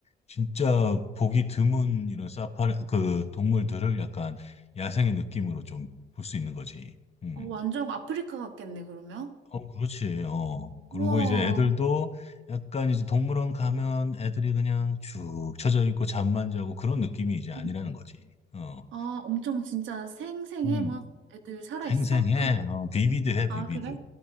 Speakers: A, on the left; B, on the right.
A: 진짜 보기 드문 이런 사파리 그 동물들을 약간 야생의 느낌으로 좀 볼 수 있는 거지. 음.
B: 어, 완전 아프리카 같겠네, 그러면?
A: 어, 그렇지. 어. 그리고
B: 우와.
A: 이제 애들도 약간 이제 동물원 가면 애들이 그냥 쭉 처져 있고 잠만 자고 그런 느낌이 이제 아니라는
B: 음.
A: 거지. 어.
B: 아, 엄청 진짜 생생해,
A: 음.
B: 막 애들 살아있어?
A: 생생해. 어, 비비드해,
B: 아,
A: 비비드.
B: 그래?